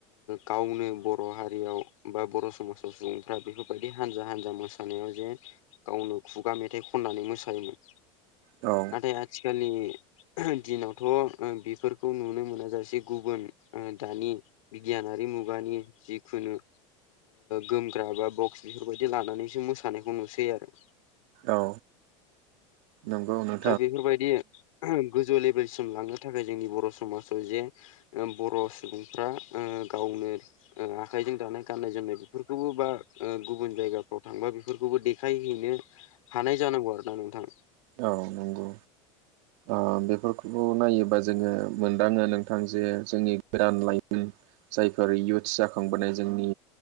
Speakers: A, on the left (about 80°); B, on the right (about 70°).
A: गावनो बर' हारियाव बा बर' समाजाव सुबुंफ्रा बेफोरबायदि हानजा हानजा मोसा मोसानायाव जे गावनो खुगा मेथाइ खननानै मोसायोमोन।
B: औ।
A: नाथाय आथिखालनि दिनावथ' बेफोरखौ नुनो मोन जाासे गुबुन दानि बिगियानारि मुगानि जिखुनु गोमग्रा बा बक्स बेफोरबायदि लानानैसो मोसानायखौ नुसै आरो।
B: औ नंगौ नो
A: दा बेफोरबायदि गोजौ लेभेलसिम लांनो थाखाय जोंनि बर' समाजाव जे बर' सुबुंफ्रा गावनो आखाइजों दानाय गाननाय जोमनाय बेफोरखौबो बा गुबुन जायगाफ्राव थांबा बेफोरखौबो देखायहैनो हानाय जानांगौ आरो ना नोंथां।
B: औ नंगौ। ओ बेफोरखौल' खौ नायोबा जोङो मोनदाङो नोंथां जे जोंनि गोदान लाइमोन जायफोर युथ्स जाखांबोनाय जोंनि